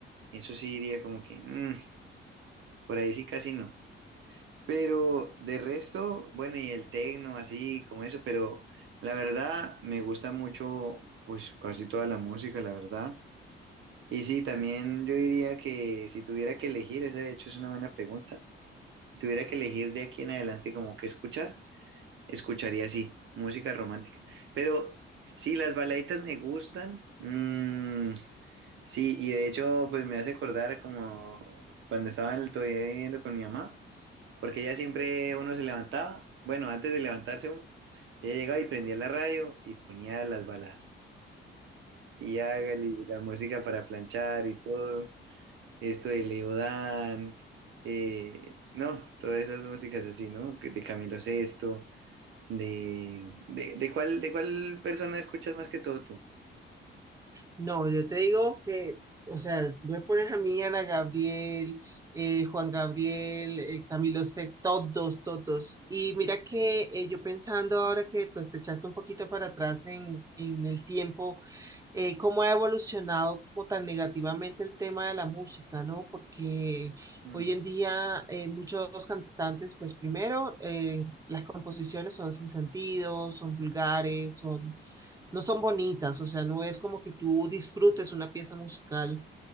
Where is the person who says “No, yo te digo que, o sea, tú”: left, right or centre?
Right